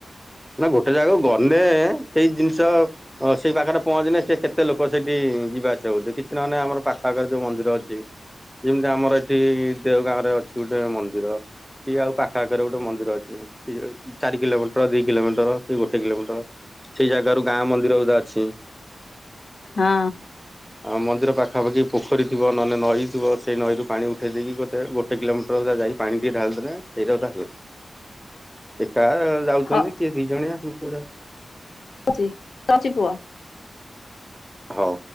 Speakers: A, in the centre; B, on the left.
A: ନା ଗୋଟେ ଜାଗାକୁ ଗନେ ସେଇ ଜିନିଷ ଓ ସେଇ ପାଖେରେ ପହଞ୍ଚିଲେ ସେ କେତେ ଲୋକ ସେଠି ଯିବା ଆସିବା ହଉଛି କିଛି ନହେନେ ଆମର ପାଖ ଆଖେରେ ଯୋଉ ମନ୍ଦିର ଅଛି ଯେମିତି ଆମର ଏଠି ଦେଓଗାଁ ରେ ଅଛି ଗୋଟେ ମନ୍ଦିର କି ଆଉ ପାଖ ଆଖରେ ଗୋଟେ ମନ୍ଦିର ଅ ହୁଁ କିଏ ଯାଉଚି ଚାରି କିଲୋମିଟର ଦି କିଲୋମିଟର କି ଗୋଟେ କିଲୋମିଟର। ସେଇ ଜାଗାରୁ ଗାଁ ମନ୍ଦିର ଉଦା ଅଛିଁ।
B: ହଁ।
A: ଆଉ ମନ୍ଦିର ପାଖାପାଖି ପୋଖରୀ ଥିବ ନହେନେ ନଈ ଥିବ ସେଇ ନଈରୁ ପାଣି ଉଠେଇ ଦେଇକି ଗୋତେ ଗୋ ଟେ କିଲୋମିଟରରୁ ଯାଇ ପାଣି ଟିକେ ଢାଳି ଦେଲେ ସେଇଟା ସୁଦା ହେଲା। ଏକା ଆ ଯାଉଚନ୍ତି
B: ହଁ
A: କିଏ ଦି ଜଣିଆ ଏମ ସବୁ ଯାଉଚ
B: ଚି ରଉଛି ପୁଅ।
A: ହଉ।